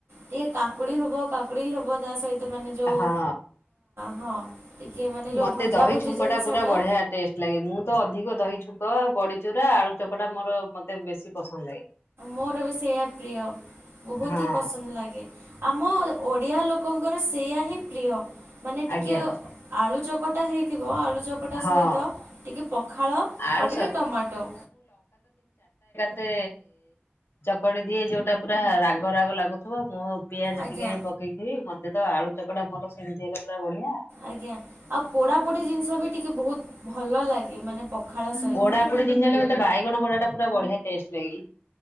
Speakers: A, on the right; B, on the left.
A: ଟିକେ କାକୁଡ଼ି ହବ କାକୁଡ଼ି ହବ ତା ସହିତ ମାନ ଯୋଉ
B: ହଁ
A: ହଁ। ଟିକେ ମାନେ ଯେଉଁ
B: ମତେ
A: ଭଜାଭୁଜି
B: ଦହି ଛୁଙ୍କ
A: ଜିନିଷଟା
B: ଟା ପୁରା ବଢିଆ ଟେଷ୍ଟ ଲାଗେ ମୁଁ ତ ଅଧିକ ଦହି ଛୁଙ୍କ ବଡିଚୁରା ଆଳୁ ଚକଟା ମୋର ମତେ ବେଶୀ ପସନ୍ଦ ଲାଗେ।
A: ମୋର ବି ସେଇଆ ପ୍ରିୟ ବହୁତ
B: ହଁ
A: ହି ପସନ୍ଦ ଲାଗେ ଆମ ଓ ଓଡ଼ିଆ ଲୋକଙ୍କର ସେୟା ହିଁ ପ୍ରିୟ। ମାନେ ଟିକେ
B: ଆଜ୍ଞା
A: ଆଳୁ ଚକଟା ହେଇଥିବ ଆଳୁ ଚକଟା
B: ହଁ।
A: ସହିତ ଟିକେ ପଖାଳ
B: ଆଳୁ
A: ଆଉ ଟିକେ ଟମାଟୋ।
B: ସେ ଚକଡି ଦିଏ ଯୋଉଟା ପୁରା ରାଗ ରାଗ ଲାଗୁଥିବ ମୋ ପିଆଜ
A: ଆଜ୍ଞା
B: ଟିକେ ପକେଇଥିବି ମ ସେଟା ଆଳୁ ଚକଟା ମୋର ସେମିତି ହେଲ ପୁରା ବଢିଆ।
A: ଆଜ୍ଞା ଆଉ ପୋଡାପୋଡି ଜିନିଷ ବି ଟିକେ ବହୁତ ଭଲ ଲାଗେ ମାନେ ପଖାଳ ସହିତ
B: ପଡା ପୋଡି ଜିନିଷ ହେଲେ ମୋତେ ବାଇଗଣ ପୋଡାଟା ପୁରା ବଢ଼ିଆ ଟେଷ୍ଟ ଲଗେଇ।